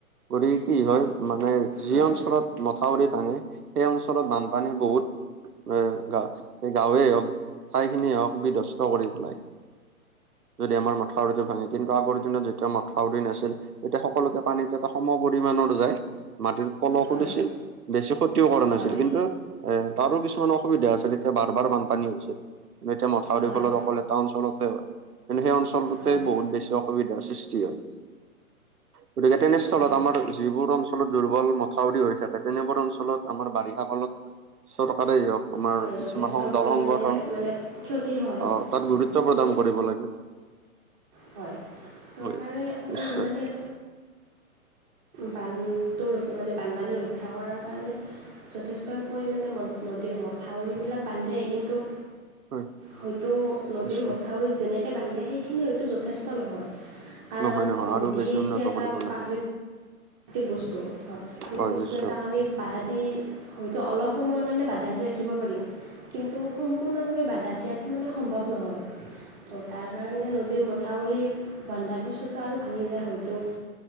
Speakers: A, on the right; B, on the right.
A: গতিকে কি হয় মানে যি
B: হয়
A: অঞ্চলত মথাউৰি ভাঙে, সেই অঞ্চ চলত বানপানী বহুত এ, গা গাঁৱে হওক, ঠাইখিনিয়ে হওক, বিধস্ত কৰি পেলাই। যদি আমাৰ মথাউৰিটো ভাঙে, কিন্তু আগৰ দিনত যেতিয়া মথাউৰি নাছিল, তেতিয়া সকলোতে পানীত এটা সমপৰিমণৰ যায়। মাটিৰ পলসো
B: হয়
A: দিছিল, বেছি ক্ষতিওকৰা
B: হয়
A: নাছিল। কিন্তু এ তাৰো কিছুমান অসুবিধা আছিল, তেতিয়া বাৰ- বাৰ বানপানী হৈছিল। এতিয়া মথাউৰিৰ
B: হয়
A: ফলত অকলে এটা অঞ্চলতে হয়। কিন্তু সেই অঞ্চলটোতে
B: হয়
A: বহুত বেছি অসুবিধাৰ সৃষ্টি হয়। গতিকে তেনেস্থলত
B: হয়
A: আমাৰ যিবোৰ অঞ্চলত দুৰ্বল মথাউৰি হৈ থাকে, তেনেবোৰ অঞ্চলত আমাৰ বাৰিষা কালত ছশ টকাতে যাওঁক <unintelligible> আমাৰ
B: হয়
A: কিছুমান
B: যথেষ্ট
A: সং
B: পৰিমাণে
A: দল সংগঠন,
B: মানে ক্ষতি হয়
A: আহ তাত
B: হয়
A: গুৰুত্ব
B: সেই
A: প্ৰদান কৰিব লাগে
B: হয়, চৰকাৰে
A: হয় নিশ্চয়
B: মানে বানটো ৰ মানে বানপানী ৰক্ষা কৰাৰ কাৰণে যথেষ্ট পৰিমাণে নদীৰ মথাউৰিবিলাক বান্ধে কিন্তু
A: হয়
B: হয়তো নদীৰ
A: নিশ্চয়
B: মথাউৰি যেনেকে বান্ধে সেই সিখিনি হয়তো যথেষ্ট নহয়, কাৰণ
A: নহয় নহয় আৰু
B: নদী
A: বেছি
B: হৈছে
A: উন্নত
B: এটা
A: কৰিব লাগিব
B: প্ৰাকৃ- তিক বস্তু হয়, প্ৰাকৃতিক
A: হয়
B: বস্তু
A: নিশ্চয়
B: এটা আমি বাধা দি হয়তো অলপ সময়ৰ কাৰণে বাধা দি ৰাখিব পাৰিম কিন্তু সম্পূৰ্ণৰূপে বাধা দিয়াত মানে সম্ভৱ নহয়। ত', তাৰ কাৰণে নদীৰ মথাউৰি বন্ধাৰ পিছতো আৰু ভাঙি যায় হয়তো